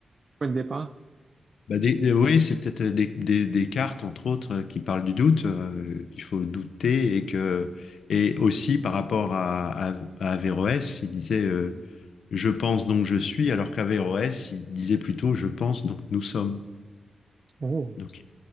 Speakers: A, on the right; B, on the left.
A: point de départ?
B: Bah, des- euh, oui, c'est peut-être euh, des, des- des cartes, entre autres, euh, qui parlent du doute, euh, qu'il faut douter, et que et aussi par rapport à, à, à Averroès, il disait euh, je pense donc je suis, alors qu'Averroès, il disait plutôt je pense donc nous sommes.
A: Oh,
B: Donc,